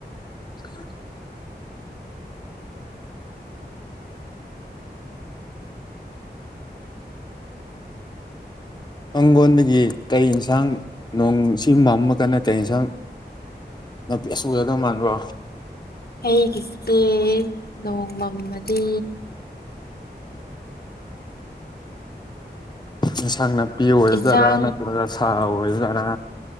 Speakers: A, on the left; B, on the left.
A: <unintelligible> ꯃꯪꯒꯣꯟꯗꯒꯤ ꯀꯩ ꯌꯦꯟꯁꯥꯡ ꯅꯣꯡꯁꯤ ꯃꯝꯃ ꯒꯅ ꯀꯩ ꯌꯦꯟꯁꯥꯡ ꯅꯥꯄꯤ ꯑꯁꯨ ꯎꯒꯗꯧ ꯃꯥꯟꯕ꯭ꯔꯣ
B: ꯑꯩꯒꯤꯁꯤꯗꯥ ꯅꯣꯡꯃꯝꯃꯗꯤ
A: ꯏꯟꯁꯥꯡ ꯅꯥꯄꯤ ꯑꯣꯏꯔꯗꯔꯥ
B: ꯏꯟꯁꯥꯡ
A: ꯅꯠꯇ꯭ꯔꯒ ꯁꯥ ꯑꯣꯏꯒꯗꯔꯥ